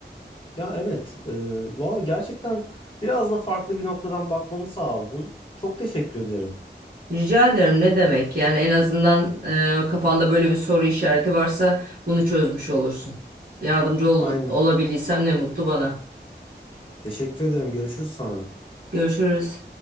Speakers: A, on the left; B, on the right.
A: Ya evet, e, valla gerçekten biraz da farklı bir noktadan bakmamı sağladın. Çok teşekkür ederim.
B: Rica ederim ne demek? Yani en azından e, kafanda böyle bir soru işareti varsa bunu çözmüş olursun. Yardımcı ol-
A: Aynen.
B: olabildiysem ne mutlu bana.
A: Teşekkür ederim. Görüşürüz sonra.
B: Görüşürüz.